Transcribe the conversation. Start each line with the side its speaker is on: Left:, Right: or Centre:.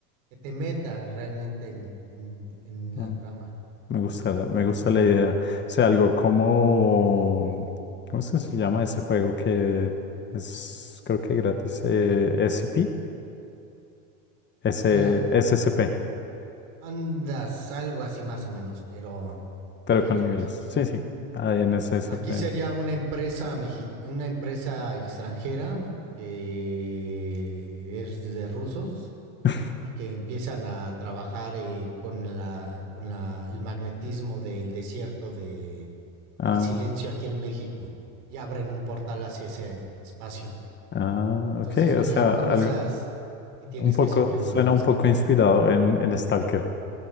Right: que te meta realmente en, en- en
Left: Mm,
Right: la trama.
Left: Me gusta, la-
Right: Mm,
Left: me gusta la
Right: mm,
Left: idea. O sea, algo como. ¿Cómo es que se llama ese juego que es, creo que gratis? Eh, S C P S-
Right: Ah,
Left: S C P
Right: andas algo así más o menos, pero diferente.
Left: pero con niveles. Sí, sí. Ahí en S SCP.
Right: Aquí sería una empresa mexi- una empresa extranjera que es de rusos
Left: <laughs>
Right: y que empiezan a trabajar eh, con la con la- el magnetismo del desierto de
Left: Ah.
Right: del silencio aquí en México y abren un portal hacia ese espacio.
Left: Ah,
Right: Entonces
Left: ok,
Right: tú
Left: o sea,
Right: ya cruzas
Left: algo
Right: y tienes
Left: un poco,
Right: que sobrevivir
Left: suena
Right: o
Left: un
Right: escapar.
Left: poco inspirado en, en Stalker.